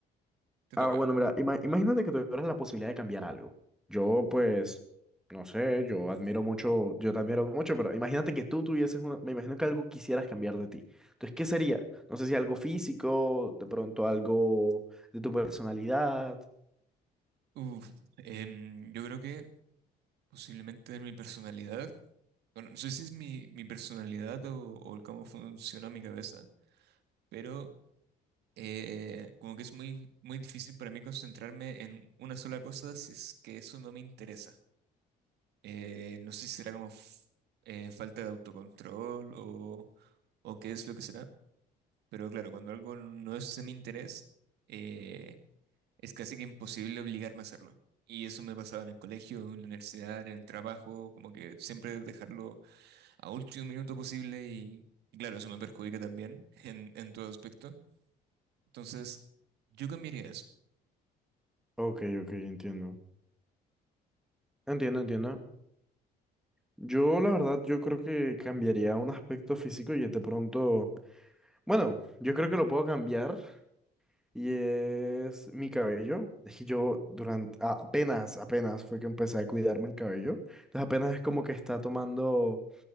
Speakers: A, on the right; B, in the centre.
A: te
B: Ah,
A: toca.
B: bueno, mira, ima- imagínate que tuvieras la posibilidad de cambiar algo. Yo, pues, no sé, yo admiro mucho, yo te admiro mucho, pero imagínate que tú tuvieses una, me imagino que algo quisieras cambiar de ti. Entonces, ¿qué sería? No sé si algo físico, de pronto algo de tu personalidad.
A: Uf, em, yo creo que posiblemente mi personalidad, bueno, no sé si es mi, mi personalidad o, o el cómo funciona mi cabeza, pero eh, como que es muy, muy difícil para mí concentrarme en una sola cosa si es que eso no me interesa. Eh, no sé si será como f- eh, falta de autocontrol o, o qué es lo que será Pero claro, cuando algo no es de mi interés, eh, es casi que imposible obligarme a hacerlo. Y eso me pasaba en el colegio, en la universidad, en el trabajo, como que siempre dejarlo a último minuto posible y, y claro, eso me perjudica también <laughs> en, en todo aspecto. Entonces, yo cambiaría eso.
B: Ok, ok, entiendo. Entiendo, entiendo. Yo, la verdad, yo creo que cambiaría un aspecto físico y de pronto, bueno, yo creo que lo puedo cambiar Y es mi cabello. Es que yo durante, a- apenas, apenas fue que empecé a cuidarme el cabello. Entonces apenas es como que está tomando,